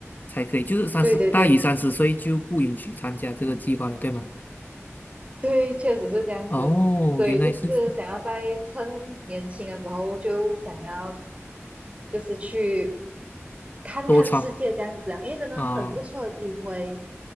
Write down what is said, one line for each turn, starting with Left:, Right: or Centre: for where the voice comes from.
Left: 才可以，就是三十大于三十岁就不允许参加这个计划了，
Right: 对对对。
Left: 对吗？
Right: <laughs> 对，确实是这样子，
Left: 哦，
Right: 所以就是想要在趁年轻的时候就想要
Left: 原来是
Right: 就是去看看世界这样子啊，
Left: 多创
Right: 因为真的很不错的机会。
Left: 啊，